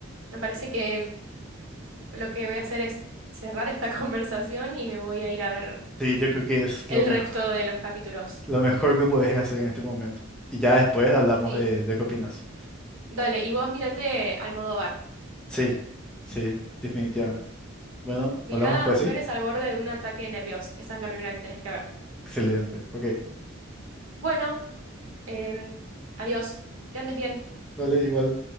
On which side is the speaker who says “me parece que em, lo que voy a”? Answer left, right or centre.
Right